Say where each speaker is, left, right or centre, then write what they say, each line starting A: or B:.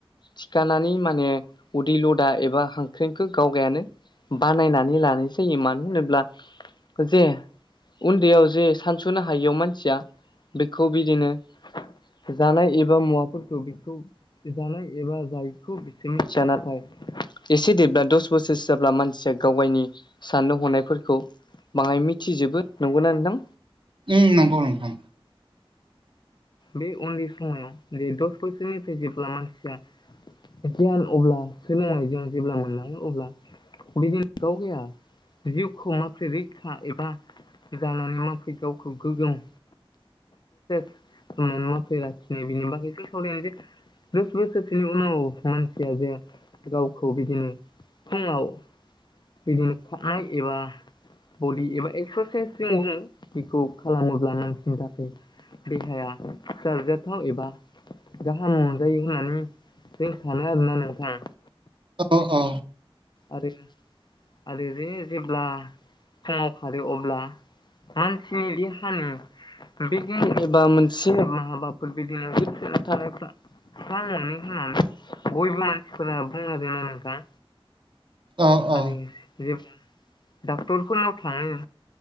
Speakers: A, on the left (about 50°); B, on the right (about 55°).
A: थिखानानै माने उदैल' दा एबा हांख्रेंखौ गावगायानो बानायनानै लानाय जायो मानो होनोब्ला जे उन्दैयाव जे सानस'नो हायियाव मानसिया बेखौ बिदिनो जानाय एबा मुवाफोरखौ बेखौ जानाय एबा जायैखौ बिसोर नाथाय एसे देब्ला दस बोसोरसो जाब्ला मान गावगायनि साननो हनायफोरखौ बाङाय मिथिजोबो नंगौना नोंथां?
B: उम नंगौ नोंथां
A: बे उन्दै समायाव जे दस बोसोरनिफ्राय जेब्ला मानसिया गियान अब्ला सोलोंनायजों जेब्ला मोनलाङो अब्ला बिदि गावगाया जिउखौ माफ्रै रैखा एबा जानानै माफ्रै गावखौ गोग्गोम <unintelligible> <unintelligible> दस बोसोरसोनि उनाव मानसिया जे गावखौ बिदिनो फुङाव बिदिनो खारनाय एबा बडि एबा एक्सारसाइस जों बुङो बेखौ खालामोब्ला नांसिनि थाखाय देहाया सारजाथाव एबा गाहाम मोनजायो होननानै जों सानो आरोना नोंथां
B: अ औ ओ
A: आरो आरो जे जेब्ला फुङाव खारो अब्ला मानसिनि देहानि बे गिं एबा मोनसे हाबाफोर बिदिनो गोनां थानायफ्रा हा मोनिनि समाव बयबो मानसिफोरा बुङो आरोना नोंथां
B: औ औ
A: आरो जे बुं डाक्टरफोरनाव थाङो